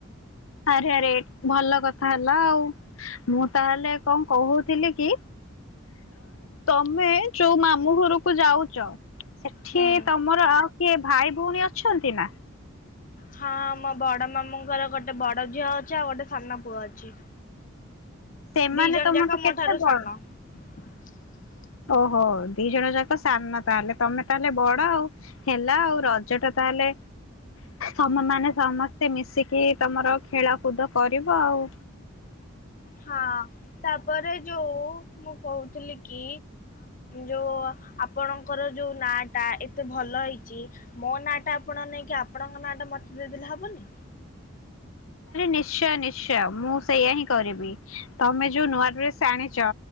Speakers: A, on the left (about 80°); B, on the left (about 40°).
A: ଆରେ ଆରେ ଭଲ କଥା ହେଲା ଆଉ ମୁଁ ତାହେଲେ କଣ କହୁଥିଲି କି ତମେ ଯୋଉ ମାମୁଁ ଘରକୁ ଯାଉଛ। ସେଠି
B: ହୁଁ
A: ତମର କିଏ ଭାଇ ଭଉଣୀ ଅଛନ୍ତି ନା।
B: ହଁ ମୋ ବଡ ମାମୁଙ୍କର ଗୋଟେ ବଡ ଝିଅ ଅଛି ଆଉ ଗୋଟେ ସାନ ପୁଅ ଅଛି।
A: ସେମାନେ
B: ଦି ଜଣ
A: ତମଠୁ
B: ଯାକ ମୋ
A: କେତେ
B: ଠାରୁ
A: ବଡ
B: ସାନ <inaudible>
A: ଓହୋ ଦି ଜଣ ଯାକ ସାନ ତାହେଲେ ତମେ ତାହେଲେ ବଡ ଆଉ ହେଲା ଆଉ ରଜଟା ତାହେଲେ ତମ ମାନେ ସମସ୍ତେ ମିଶିକି ତମର ଖେଳକୁଦ କରିବ ଆଉ।
B: ହଁ ତାପରେ ଯୋଉ ମୁଁ କହୁଥିଲି କି ଯୋଉ ଆପଣଙ୍କର ଯୋଉ ନା ଟା ଏତେ ଭଲ ହେଇଛି ମୋ ନା ଟା ଆପଣ ନେଇକି ଆପଣଙ୍କ ନାଁ ଟା ମତେ ଦେଇଦେଲେ ହବନି।
A: ନିଶ୍ଚୟ ନିଶ୍ଚୟ ମୁଁ ସେଇଆ ହିଁ କରିବି ତମେ ଯୋଉ ନୂଆ ଡ୍ରେସ ଆଣିଛ